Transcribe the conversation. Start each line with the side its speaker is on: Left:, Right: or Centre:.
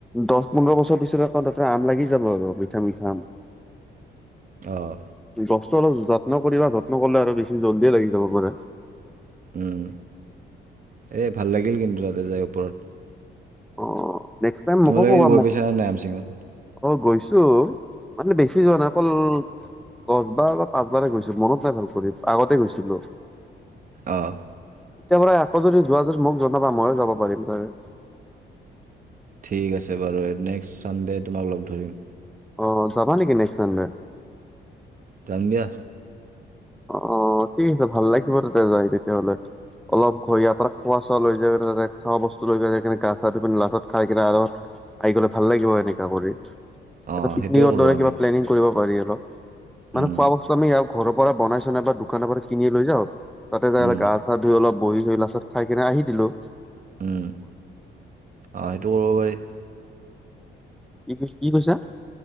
Centre: দহ পোন্ধৰ বছৰ পিছত আকৌ তাতে আম লাগি যাব আৰু মিঠা মিঠা। আম।
Right: আহ।
Centre: গছটো অলপ যত্ন কৰিবা, যত্ন কৰিলে আৰু বেছি জল্ডিয়ে লাগি যাব পাৰে।
Right: উম। এই ভাল লাগিল কিন্তু তাতে যায় ওপৰত।
Centre: অ নেক্সট টাইম
Right: তোমালোকে
Centre: মোকো ক'বা
Right: গৈ
Centre: মোক
Right: পাইছানে নাই আম চিঙিব?
Centre: অ গৈছোঁ। মানে বেছি যোৱা নাই, অকল দহবাৰ বা পাঁচবাৰে গৈছিলোঁ। মনত নাই ভাল কৰি, আগতে গৈছিলোঁ।
Right: আহ।
Centre: এতিয়া পৰাই আকৌ যদি যোৱা যদি মোক জনাবা ময়ো যাব পাৰিম ছাগে।
Right: ঠিক আছে বাৰু, নেক্স চানডে তোমাক ধৰিম।
Centre: অ। যাবা নেকি নেক্সট চানডে?
Right: যাম দিয়া।
Centre: অ অ, ঠিক আছে ভাল লাগিব তাতে যাই তেতিয়াহলে। অলপ ঘৰ ইয়াৰ পৰা খোৱা চোৱা লৈ যায়নে তাত খোৱা বস্তু লৈ যোৱা যায় কিনে গা চা ধুই পিনে লাঞ্চত খাই কিনে আৰামত আহি গলে ভাল লাগিব এনেকা কৰি।
Right: অঁ
Centre: এটা পিকনিকৰ
Right: সেইটোৱে কৰোঁ
Centre: দৰে
Right: আমি
Centre: কিবা প্লেনিং কৰিব পাৰি অলপ। মানে
Right: উম,
Centre: খোৱা বস্তু আমি ইয়াৰ ঘৰৰ পৰা বনাইছ নাই বা দোকানৰ পৰা কিনি লৈ যাওঁ, তাতে যাই
Right: উম।
Centre: গা চা ধুই অলপ বহি চহি লাষ্টত খাই কেনে আহি দিলো। হেল্ল'!
Right: উম। আহ এইটো কৰিব পাৰি।
Centre: কি কি কৈছা?